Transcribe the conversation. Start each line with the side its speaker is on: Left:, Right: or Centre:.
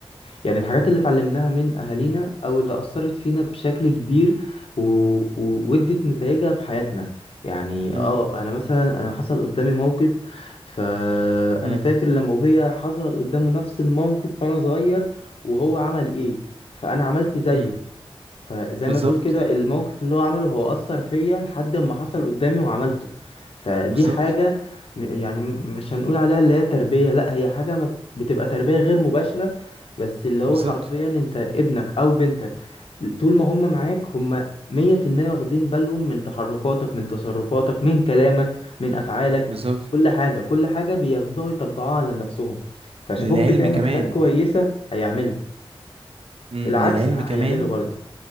Left: يعني الحاجات اللي اتعلمناها من أهالينا أو اللي أثرت فينا بشكل كبير و... و- وادت نتائجها في حياتنا يعني
Right: امم
Left: اه انا مثلا انا حصل قدامي موقف فانا
Right: امم
Left: فاكر لما ابويا حصل قدامه نفس الموقف وانا صغير وهو عمل ايه فانا عملت زيه
Right: امم
Left: فزي
Right: بالظبط
Left: ما تقول كده الموقف اللي هو عمله هو أثر فيا لحد ما حصل قدامي وعملته فدي
Right: بالظبط
Left: حاجة م- يعني م- مش هنقول عليها اللي هي تربية لا هي حاجة ما بتبقى تربية غير مباشرة بس اللي هو
Right: بالظبط
Left: حرفيا انت ابنك او بنتك طول ما هم معاك هم مية في المية واخدين بالهم من تحركاتك من تصرفاتك من كلامك من أفعالك
Right: بالظبط
Left: كل حاجة كل حاجة بياخدوها ويطبقوها على نفسهم فشافوك
Right: للعلم
Left: بتعمل
Right: كمان
Left: حاجات كويسة هيعملوا
Right: امم
Left: العكس
Right: للعلم
Left: هيعملوا
Right: كمان
Left: برضه